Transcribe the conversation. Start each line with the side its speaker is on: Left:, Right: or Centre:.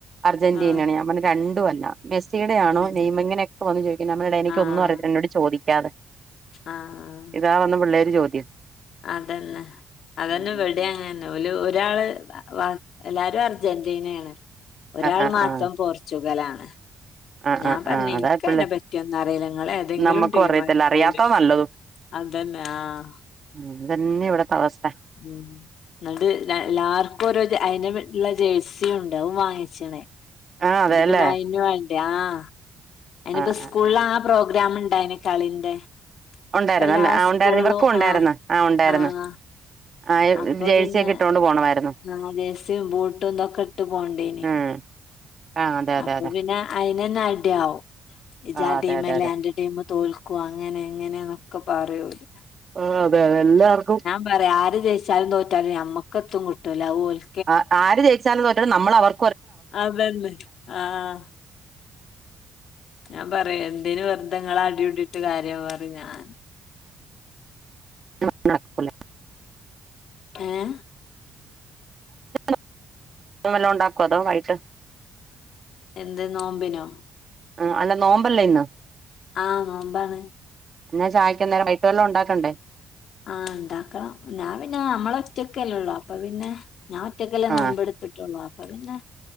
Right: അർജന്റീനേണോ
Left: ആഹ്
Right: ഞാപറഞ്ഞു രണ്ടുവല്ല മെസ്സിയുടെയാണോ
Left: ഉം
Right: നെയ്മ് ഇങ്ങനെയൊക്കെ വന്ന് ചോയിക്കും ഞാപറയും എനിക്കൊന്നുറിയത്തില്ല
Left: ആഹ്
Right: ഇന്നോട് ചോദിക്കാതെ
Left: ആഹ്
Right: ഇതാവന്ന് പിള്ളേര് ചോദ്യം
Left: അതന്നെ അതന്നെ
Right: ഉം
Left: ഇവ
Right: ഉം
Left: ടെ
Right: ഉം
Left: അങ്ങനന്നെ ഓല് ഒരാള് എല്ലാരും അർജന്റീനേണ് ഒരാൾ
Right: ആഹ് ആഹ്
Left: മാത്രം
Right: ആഹ്
Left: പോർച്ചുഗല്ലാണ്
Right: ആഹ്
Left: ഞാൻ
Right: ആഹ്
Left: പറഞ്ഞു
Right: ആഹ്
Left: ഇനിക്കയിനെ
Right: അതാ പിള്ളേ
Left: പറ്റിയൊന്നും അറില്ല ങ്ങളേതെങ്കിലും
Right: നമ്മക്കും
Left: ടീമായിക്കോണ്ടിം
Right: അറിയത്തില്ല അറിയാത്തതാ നല്ലതും
Left: അതന്നെ ആഹ്
Right: ഉം ഇതന്നെ ഇവടത്തവസ്ഥ
Left: ഉം ന്നട്ട് എല്ലാർക്കും ഇപ്പൊരു അയിനുള്ളൊരു ജേഴ്സിണ്ട് അത് വാങ്ങിച്ച്ണെ
Right: ആഹ്
Left: ഇങ്‌ട്ട്
Right: അതെല്ലേ
Left: പിന്നെ അയിന് ആഹ് അയിനിപ്പൊ
Right: ആഹ്
Left: സ്കൂളിലാ
Right: ആഹ് ആഹ്
Left: പ്രോഗ്രാമിണ്ടായിന്ന് കളിന്റെ
Right: ഉണ്ടായിരുന്നല്ലേ
Left: ഇപ്പല്ലാ
Right: ആഹ്
Left: സ്കൂളിലും
Right: ഉണ്ടായിരുന്നു ഇവർക്കും ഉണ്ടായിരുന്നു
Left: ആഹ്
Right: ഉണ്ടായിരുന്നു
Left: ആഹ്
Right: ആഹ്
Left: അപ്പൊ
Right: ജേഴ്സിയൊക്കെ
Left: പിന്നെ
Right: ഇട്ടോണ്ട് പോണമായിരുന്നു
Left: ആഹ് ജെഴ്സിയും ബൂട്ടും ഇതൊക്കെ ഇട്ട് പോണ്ടിനി
Right: ഉം ആഹ് അതെ അതെ
Left: അപ്പൊ
Right: അതെ
Left: പിന്നെ അയിനന്നെ അടിയാവും ഇജ്ജ്
Right: ആഹ്
Left: ആ
Right: അതെ
Left: ടീമല്ലേ
Right: അതെ അതെ
Left: അന്റെ ടീമ് തോൽക്കും അങ്ങനെ ഇങ്ങനെന്നൊക്കെ പറയും ഓല്
Right: ആഹ് അതെയതെ എല്ലാർക്കും
Left: പറയും ആര് ജയിച്ചാലും തോറ്റാലും ഞമ്മക്ക് എത്തും കിട്ടൂല അത് ഓല്
Right: ആഹ് ആര് ജയിച്ചാലും തോറ്റാലും നമ്മൾ അവർ
Left: അതന്നെ ആഹ് ഞാൻ പറയും എന്തിന് വെറുതങ്ങള് അടികുടീട്ട് കാര്യം പറിം ഞാൻ
Right: <inaudible>
Left: ഏഹ്
Right: <inaudible> വല്ലോണ്ടാക്കോ അതൊ വൈട്ട്
Left: എന്ത് നോമ്പിനോ
Right: ആഹ് അല്ല നോമ്പല്ലേന്ന്
Left: ആഹ് നോമ്പാണ്
Right: ന്നാ ചായ്ക്കന്നേരം വൈകിട്ട് വല്ലോം ഉണ്ടാക്കണ്ടേ
Left: ആഹ് ഇണ്ടാക്കണം ഞാൻ പിന്നെ ഞമ്മളൊറ്റക്കല്ലൊള്ളു അപ്പൊ പിന്നെ ഞാനൊറ്റക്കല്ലേ
Right: ആഹ്
Left: നോമ്പെടുത്തിട്ടൊള്ളൂ അപ്പൊ പിന്നെ